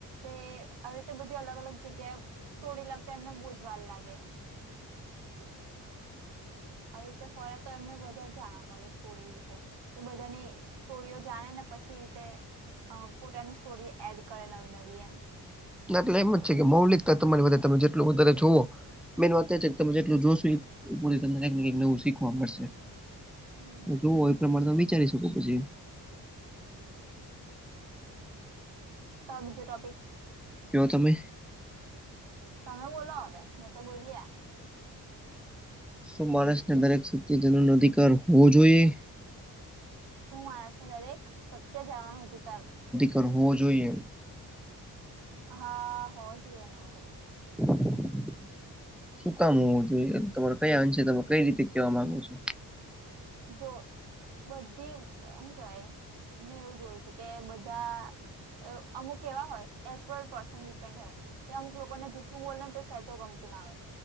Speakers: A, on the right (about 75°); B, in the centre.
A: તે આવી રીતે બધી અલગ અલગ જગ્યાએ સ્ટોરી લગતા એમને બોજ વાર લાગે ને આવી રીતે ફરે તો એમને વધારે જાણવા મળે સ્ટોરી વિશે કે બધાની સ્ટોરીઓ જાણે ને પછી રીતે અ પોતાની સ્ટોરી એડ કરે નવી નવી એમ
B: ના એટલે એમ જ છે કે મૌલિકતા તમારી વધારે તમે જેટલું વધારે જુવો મેન વાત તો એ છે કે તમે જેટલું જોશ તમને કંઈક ને કઈક નવું શીખવા મળશે
A: હમ
B: જોવું એ પ્રમાણે તમે વિચારી શકો પછી
A: તો બીજો ટોપિક
B: કેવો તમે
A: તમે બોલો હવે મેં તો બોયલી આ
B: શું માણસને દરેક સત્યજનોનો અધિકાર હોવો જોઈએ
A: શું માણસને દરેક સત્ય જાણવાનો અધિકાર
B: પરવો જોઈએ
A: હા હોવો જોઈએ ને વરી
B: <inaudible> શું કામ હોવું જોઈએ તમારે કયા અંશે તમામે કઈ રીતે કેવા માંગો છો
A: જો બધી એમ કેવાય મેં એવું જોયું છે કે બધા અમુક એવા હોય એઝ પર પર્સન ડિપેન્ડ હોય કે અમુક લોકોને જૂઠું બોલેને તે સેચો ગમતું ના હોય